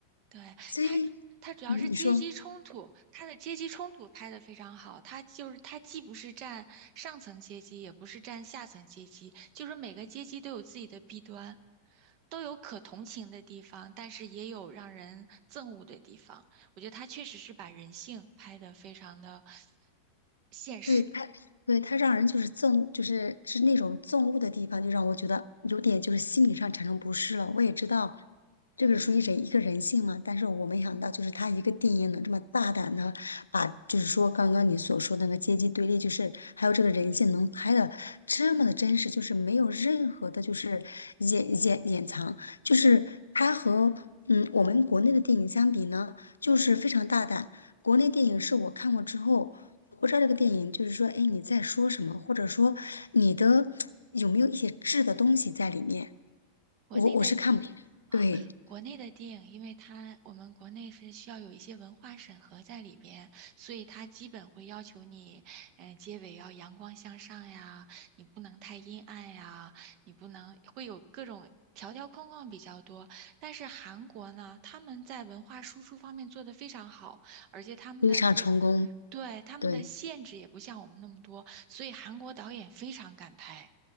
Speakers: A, on the right; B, on the left.
A: 对，
B: 所以，
A: 他，他主要是阶级冲突，
B: 嗯，你说。
A: 他的阶级冲突拍得非常好。他就是他既不是占上层阶级，也不是占下层阶级，就是每个阶级都有自己的弊端，都有可同情的地方，但是也有让人憎恶的地方。我觉得他确实是把人性拍得非常的现实。
B: 对他，对他让人就是憎恶，就是是那种憎恶的地方，就让我觉得有点就是心理上产生不适了。我也知道这个属于人一个人性嘛，但是我没想到就是他一个电影能这么大胆的把，就是说刚刚你所说的那个阶级对立，就是还有这个人性能拍的这么的真实，就是没有任何的就是掩掩掩藏，就是他和嗯我们国内的电影相比呢，就是非常大胆。国内电影是我看过之后，我不知道这个电影就是说，哎，你在说什么，或者说你的有没有一些质的东西在里面，
A: 国内的
B: 我我是看不明白对，
A: 哦，国内的电影，因为它我们国内是需要有一些文化审核在里边，所以它基本会要求你，嗯、结尾要阳光向上呀，你不能太阴暗呀，你不能会有各种条条框框比较多。但是韩国呢，他们在文化输出方面做得非常好，而且他们的这个，
B: 非常成功，
A: 对，他们的限制也不像我们那么多，
B: 对，
A: 所以韩国导演非常敢拍。